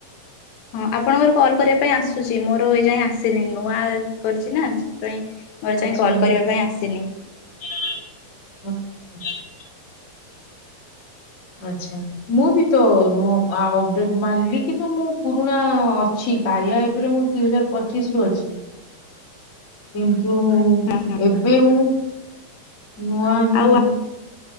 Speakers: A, on the left (about 90°); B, on the left (about 30°).
A: ହଁ, ଆପଣଙ୍କର କଲ୍ କରିବା ପାଇଁ ଆସୁଚି, ମୋର ଏଇ ଯାଇଁ ଆସିନି, ନୂଆ କରିଚି ନା, ସେଥିପାଇଁ ମୋର ଏ
B: ଆଚ୍ଛା
A: ଯାଇ କଲ୍ କରିବା ପାଇଁ ଆସିନି।
B: <unintelligible> ଆଛା। ମୁଁ ବି ତ ନୂଆ ଅପଡେଟ୍ ମାରିଲି କିନ୍ତୁ ମୁଁ ପୁରୁଣା ଅଛି କାରିଆ ଏପରେ ମୁଁ ଦୁଇ ହଜାର ପଚିଶ ରୁ ଅଛି, କିନ୍ତୁ
A: ହଁ ହଁ
B: ଏବେ ମୁଁ ନୂଆ ହିଁ
A: ଆଉ